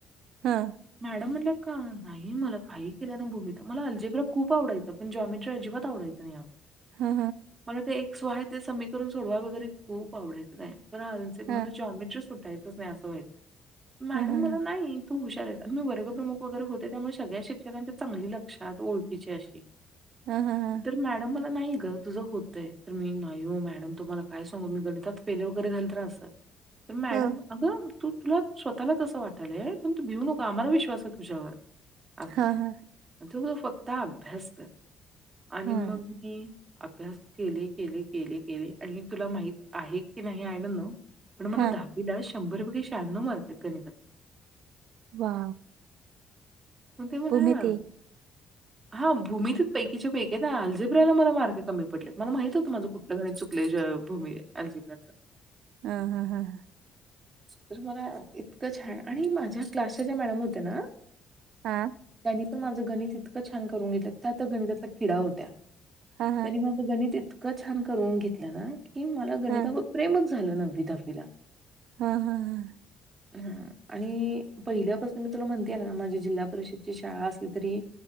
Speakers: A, on the right; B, on the right.
A: हा हा
B: मॅडम म्हटलं का नाही मला काही केलं ना भूमीती मला अलजेबला खूप आवडायचं जॉमेटर अजिबात आवडायचं नाही अ
A: हा
B: मला ते सोय ते समीकर सडवा वगैरे खूप आवडायं काय
A: हा.
B: जॉमेटट ा नाही अस्हाय मॅडम
A: हा हा
B: मला नाही तू हुशार आणि मी वर्गप्रमुख वगैरे होते त्यामुळे सगळ्या शिक्षकांच्या चांगली लक्षात ओळखीची अशी
A: हा हा हा
B: तर मॅडम मला नाही तुझं होतंय तर मी नाही हो मॅडम तुम्हाला काय सांगू मी गणितात फेले वगैरे झाल तर असल तर मॅडम
A: हो
B: अगं तू तुला स्वतःला कसं वाटलय पण तू भिऊ नको आम्हाला विश्वास आहे तुझ्यावर असं
A: हा हा
B: ज फक्त अभ्यास कर आणि
A: हा
B: मग मी अभ्यास केले केले केले केले आणि तुला माहित आहे की नाही आय डोन्ट नो पण मला
A: हा.
B: दहावीला शंभर पैे शहानव मार्क आहेत गणितात.
A: वा
B: हो ते बोला
A: भूमिती
B: ना हा भूमितीच्या पैकीचे पैक आहे ना अल्जेब्रा अजिब्रला मला मार्ग कमी पडलेत मला माहित होतं माझं कुठलं गणीत चुकले भूमी अलजिब्र
A: हा हा हा ह
B: तर मला इतकं छान आणि माझ्या क्लासच्या ज्या मॅडम होत्या ना
A: हां
B: त्यांनी पण माझं गणित इतकं छान करून घेतलं त्या आ गणितातला किडा होत्या
A: हा
B: त्यांनी माझं गणित इ इतकं छान करून घेतलं ना की मला गणिता
A: ह ह.
B: प्रेमच झालं नववी दहावीला
A: हा हम् हम
B: हा आणि पहिल्यापासून मी तुला म्हणतेय ना माझी जिल्हा परिषदची शाळा असली तरी